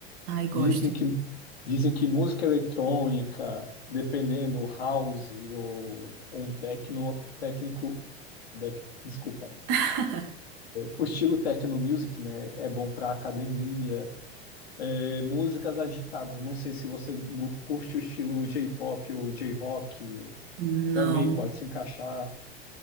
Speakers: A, on the right; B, on the left.
A: Ai, gosto.
B: Dizem que dizem que música eletrônica, dependendo house ou um techno, técnico, dec- desculpa,
A: <laughs>
B: o estilo techno music, né, é bom para academia É, músicas agitadas. Não sei se você gu- curte o estilo J-pop ou J-rock,
A: Não,
B: também pode se encaixar.